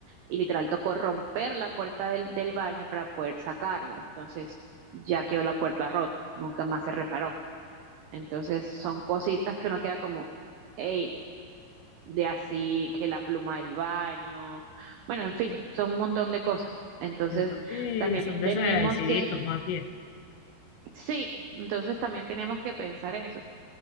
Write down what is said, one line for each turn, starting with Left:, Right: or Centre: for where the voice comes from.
Right: y literal tocó romper la puerta del, del baño para poder sacarla, entonces ya quedó la puerta rota, nunca más se reparó, entonces son cositas que uno queda como, hey, de así que la pluma del baño, bueno, en fin, son un montón de cosas, entonces
Left: Siento que
Right: también
Left: son desagradeciditos
Right: tenemos que
Left: más bien.
Right: Sí, entonces también tenemos que pensar eso.